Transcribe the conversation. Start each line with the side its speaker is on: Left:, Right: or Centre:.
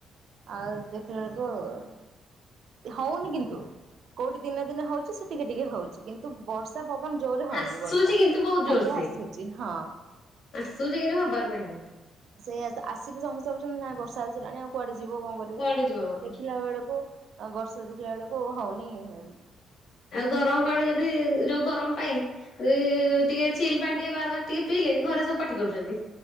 Right: ଆଉ ଦେଖିଲା ବେଳକୁ ହଉନି କିନ୍ତୁ କୋଉଠି ଦିନେ ଦିନେ ହଉଛି ସେ ଟିକେ ଟିକେ ହଉଛି କିନ୍ ତୁ ବର୍ଷା ପବନ ଜୋରେ ହଉନି
Left: ଆସୁଛି
Right: ବର୍ଷା
Left: କିନ୍ତୁ ବହୁତ ଜୋରସେ
Right: ଖାଲି ଆସୁଛି ହଁ।
Left: ଆସୁଛି କିନ୍ତୁ ହବାର ନାହିଁ।
Right: ସେଇଆ ସେ ଆସିକି ସମସ୍ତେ କହୁଛନ୍ତି ନାଇଁ ବର୍ଷା ଆସିଲାଣି ଆଉ କୁଆଡ଼େ ଯିବୁ କଣ କରି <unintelligible>
Left: କୁଆଡେ ଯିବ।
Right: ଦେଖିଲା ବେଳକୁ ଅ ବର୍ଷା ଦେଖିଲା ବେଳକୁ ହଉନି <unintelligible>
Left: ଆଉ ଗରମ ପାଣି ଯଦି ଯୋଉ ଗରମ ପାଇଁ କି ଟିକେ ଚିଲ ପାଣି ଟିକେ ବାର ବାର ଟିକେ ପିଇଲେ ଘରେ ସବୁ ପାଟି କରୁଛନ୍ତି।